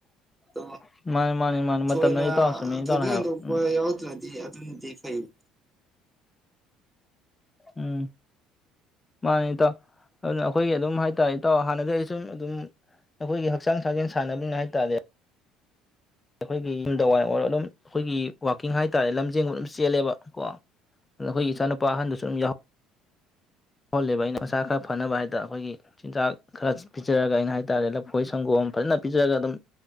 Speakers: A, on the left (about 25°); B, in the centre.
A: <unintelligible>
B: ꯑꯗꯣ
A: ꯃꯇꯝꯅꯅꯤ
B: ꯊꯣꯏꯅ
A: ꯏꯇꯥꯎ ꯆꯨꯝꯃꯤ
B: ꯊꯣꯏꯗꯣꯛ
A: ꯏꯇꯥꯎꯅ ꯍꯥꯏꯕ
B: ꯍꯦꯟꯗꯣꯛꯄ
A: ꯎꯝ
B: ꯌꯥꯎꯇꯔꯗꯤ <unintelligible>
A: ꯎꯝ ꯃꯥꯅꯦ ꯏꯇꯥꯎ ꯑꯗꯨꯅ ꯑꯩꯈꯣꯏꯒꯤ ꯑꯗꯨꯝ ꯍꯥꯏ ꯇꯥꯔꯦ ꯏꯇꯥꯎ ꯍꯥꯟꯅꯗꯤ ꯑꯩ ꯁꯨꯝ ꯑꯗꯨꯝ ꯑꯩꯈꯣꯏꯒꯤ ꯍꯛꯆꯥꯡ ꯁꯥꯥꯖꯦꯜ ꯁꯥꯟꯅꯅꯤꯅ ꯍꯥꯏ ꯇꯥꯔꯦ ꯑꯩꯈꯣꯏꯒꯤ ꯌꯨꯝꯗ ꯋꯥꯏ ꯑꯣꯏꯔꯣ ꯑꯗꯨꯝ ꯑꯩꯈꯣꯏꯒꯤ ꯋꯥꯀꯤꯡ ꯍꯥꯏꯇꯥꯥꯔꯦ ꯂꯝꯖꯦꯟꯒꯨꯝ ꯑꯗꯨꯝ ꯆꯦꯜꯂꯦꯕ ꯀꯣ ꯑꯗꯨ ꯑꯩꯈꯣꯏꯒꯤ ꯏꯆꯥꯅꯨꯄꯥ ꯑꯍꯟꯗꯨꯁꯨ ꯑꯗꯨꯝ ꯌꯥꯎ ꯌꯥꯥꯎꯍꯜꯂꯦꯕ ꯑꯩꯅ ꯃꯁꯥ ꯈꯔ ꯐꯅꯕ ꯍꯥꯏ ꯇꯥꯔꯦ ꯑꯩꯈꯣꯏꯒꯤ ꯆꯤꯟꯖꯥꯛ ꯈꯔ ꯄꯤꯖꯔꯒ ꯑꯩꯅ ꯍꯥꯏ ꯇꯥꯔꯦ ꯂꯐꯣꯏ ꯁꯪꯒꯣꯝ ꯐꯖꯅ ꯄꯤꯖꯔꯒ ꯑꯗꯨꯝ